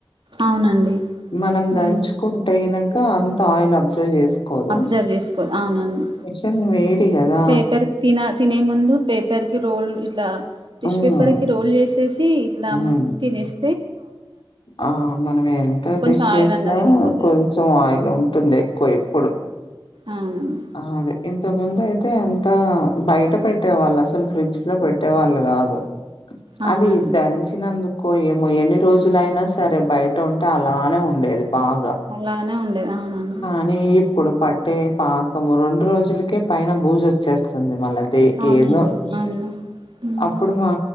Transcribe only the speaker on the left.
మనం
దంచుకుంటే గినక అంత ఆయిల్ అబ్జర్వ్ జేసుకోదు
మిషన్ వేడి గదా
ఉమ్
హ్మ్.
ఆ మనం ఎంత
టిష్
చేసినా
కొంచెం ఆయిల్ ఉం టుంది ఎక్కువ ఇప్పుడు
అదే ఇంత ముందు అయితే అంత బయట పెట్టేవాళ్ళు అసలు ఫ్రిడ్జ్ లో పెట్టేవాళ్ళు గాదు
అది దంచినందుకో ఏమో ఎన్ని రోజులైనా సరే బయట ఉంటే అలానే ఉండేది బాగా
కానీ ఇప్పుడు పట్టే పాకము రెండు రోజులకే పైన బూజు వచ్చేస్తుంది మళ్ళ తే
ఏందో
అప్పుడు మా